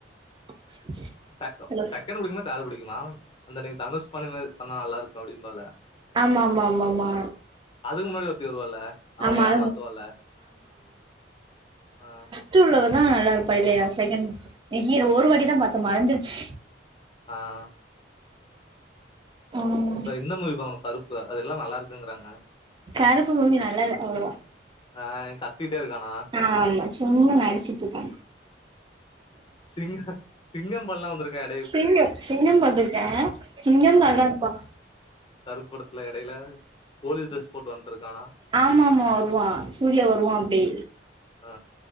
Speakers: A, on the right; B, on the left.
A: <inaudible>
B: செகண்ட்
A: ஹலோ
B: செக்கண்டு புடிக்குமா தேர்டு புடிக்குமா அந்த டை தனுஷ் பண்ணி பண்ணா நல்லா இருக்கு அப்டின்ம்பால
A: ஆமா ஆமா ஆமா ஆமா
B: அதுக்கு முன்னாடி ஒருத்தி வருவால அவன
A: ஆமா
B: ஏமாத்துவல
A: அது
B: ஆ
A: ட்ரூ லவ்வுதா நல்லா இருப்பா இல்லையா செகண்டு ஹீரோ ஒரு வாட்டிதா பாத்த மறந்துடுச்சு
B: ஆ
A: ம்
B: இப்ப இந்த மூவி பாக்கனு கருப்பு அத எல்லா நல்லா இருக்குங்கறாங்க
A: கருப்பு மூவி நல்லால அவ்ளவா
B: ஆய் கத்திட்டே இருக்கானா
A: ஆமா சும்மா நடிச்சிட் இர்க்கான்
B: திங் ஹப் சிங்கபல்லா வந்துருக்கன்
A: சிங்க்யோ சிங்கம் பாத்துருக்கே சிங்கம் நல்லார்ப்பா
B: கருப் படத்துல எடைய்ல போலீ ட்ரெஸ் போட்டு வந்ட்ருக்கானா
A: ஆமாமா வருவா சூர்யா வருவா அப்டி
B: ஆ